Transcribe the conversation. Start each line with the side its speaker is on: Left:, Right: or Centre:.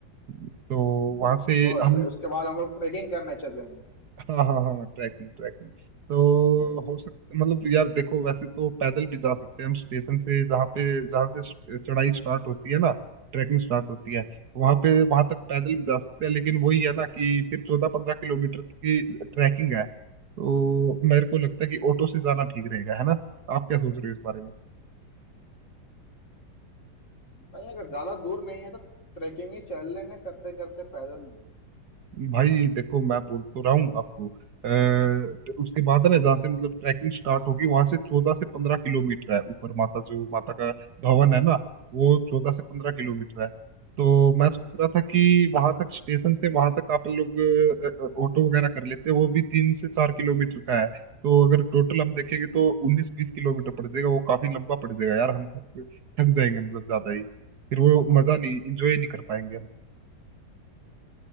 Right: तो वहां से
Left: और
Right: हम
Left: ट्रे- उसके बाद हम लोग ट्रेकिंग करने चलेंगे
Right: हाँ हाँ हाँ ट्रैकिंग ट्रैकिंग तो हो सकता मतलब यार देखो वैसे तो पैदल भी जा सकते हैं हम स्टेशन से जहाँ पे जहाँ से चढ़ाई स्टार्ट होती है ना ट्रैकिंग स्टार्ट होती है वहाँ पे वहाँ तक पैदल भी जा सकते हैं लेकिन वही है ना कि फिर चौदह पंद्रह किलोमीटर की ट्रैकिंग है तो मेरे को लगता है कि ऑटो से जाना ठीक रहेगा है ना आप क्या सोच रहे हो इस बारे में
Left: भाई अगर ज्यादा दूर नहीं है तो ट्रेकिंग ही चल लेंगे करते करते पैदल
Right: भाई देखो मैं बोल तो रहा हूँ आपको अ, तो उसके बाद है ना जहाँ से मतलब ट्रैकिंग स्टार्ट होगी वहां से चौदह से पंद्रह किलोमीटर है ऊपर माता जो माता का भवन है ना वो चौदह से पंद्रह किलोमीटर है तो मैं सोच रहा था कि वहां तक स्टेशन से वहां तक आप लोग अ, अ, ऑटो वगैरह कर लेते वो भी तीन से चार किलोमीटर का है तो अगर टोटल हम देखेंगे तो उन्नीस बीस किलोमीटर पड़ जाएगा वो काफी लंबा पड़ जाएगा यार हम थक थक जाएंगे मतलब ज्यादा ही फिर वो मजा नहीं इंजॉय नहीं कर पाएंगे हम